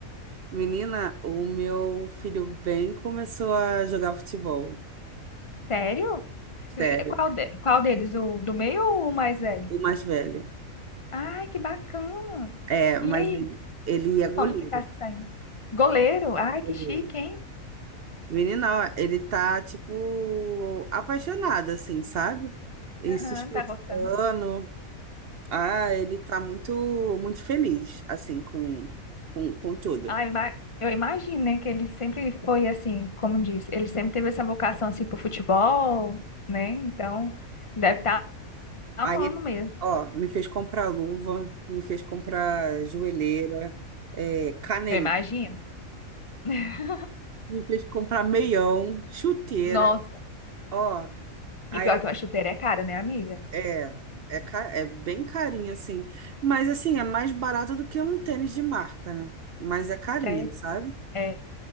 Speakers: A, on the right; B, on the left.
A: Menina, o meu filho bem começou a jogar futebol.
B: sério?
A: Sério.
B: E eh, Qual, de- qual deles? O do meio ou o mais velho?
A: O mais velho.
B: Ai, que bacana.
A: É, mas
B: E aí,
A: ele, ele é goleiro.
B: como que tá se saindo? Goleiro? Ai,
A: Goleiro.
B: que chique, hein?
A: Menina, ó, ele tá, tipo, apaixonado, assim, sabe? E
B: Aham,
A: se esforçando.
B: tá gostando.
A: Ah, ele tá muito, muito feliz, assim, com, com, com tudo.
B: Ai, ima- eu imagino, né, que ele sempre foi assim, como diz, ele sempre teve essa vocação assim pro futebol, né? Então, deve estar amando
A: Aí ele,
B: mesmo.
A: ó, me fez comprar luva, me fez comprar joelheira, é, caneleira,
B: Eu imagino. <laughs>
A: me fez comprar meião, chuteira,
B: Nossa.
A: ó. Aí
B: E pior
A: a-
B: que uma chuteira é cara, né, amiga?
A: é, é, ca- é bem carinho, assim. Mas, assim, é mais barato do que um tênis de marca, né? Mas é carinho,
B: Sério.
A: sabe?
B: É,